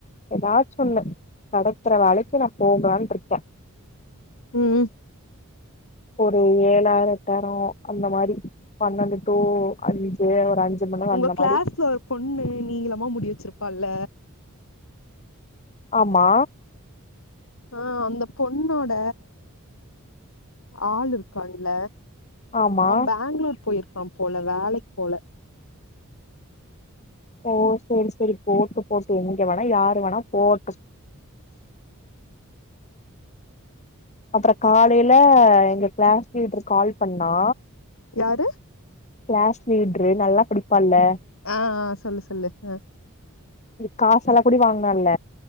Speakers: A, on the left (about 35°); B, on the left (about 65°).
A: எதாச்சு ஒன்னு கெடைக்கிற வேலைக்கு நா போகலான்ட்டு இருக்க
B: உம்
A: ஒரு ஏழாயிரோ எட்டாயிரோ அந்த மாரி பன்னெண்டு டூ அஞ்சு ஒரு அஞ்சு மணி நேரோ
B: உங்க
A: அந்த
B: கிளாஸ்ல
A: மாரி
B: ஒரு பொண்ணு நீளமா முடி வெச்சிருப் பால்ல
A: ஆமா
B: ஆஹ் அந்த பொண்ணோட ஆள் இருக்கான்ல
A: ஆமா
B: அவன் பேங்ளூர் போயிரு கான் போல வேலைக்கு போல
A: ஓ செரி செரி போட்டு போட்டு எங்க வேணா யாரு வேணா போட்டு அப்புறோ காலைல எங்க கிளாஸ் லீடர் கால் பண்ணா
B: யாரு
A: கிளாஸ் லீடுரு நல்லா படிப்பால்ல
B: ஆஹ்ஹ் சொல்லு சொல்லு ஆஹ்
A: காச எல்லாங் கூடி வாங்குனால்ல